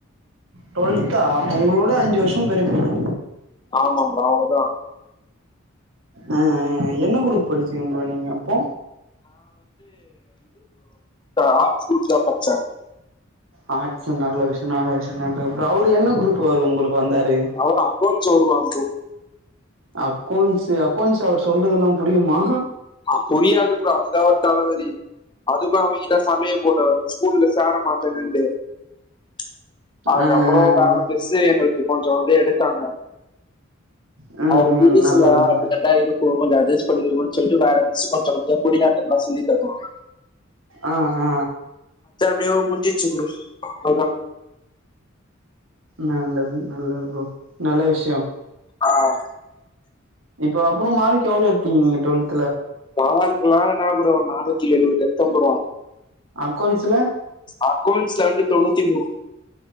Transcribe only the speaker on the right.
டுவெல்த்தா உங்களோட அஞ்சு வருஷம் பெரிய பையன்ங்க
அ அ என்ன குரூப் படிச்சுங்க நீங்க அப்போ
<unintelligible> அவரு என்ன குரூப்பு வந்தாரு
அக்கோன்ஸு அகோன்ஸ் அவர் சொல்றதுலாம் புரியுமா
ஆ ஆ
ஆ
ம்
ம்
நல்லது நல்லது
அ அ அ
நல்லது நல்லது ப்ரோ நல்ல விஷ்யம்
இப்போ அப்புறம் மார்க் எவ்ளோ எடுத்தீங்க டுவல்த்
ஆக்கோன்சுல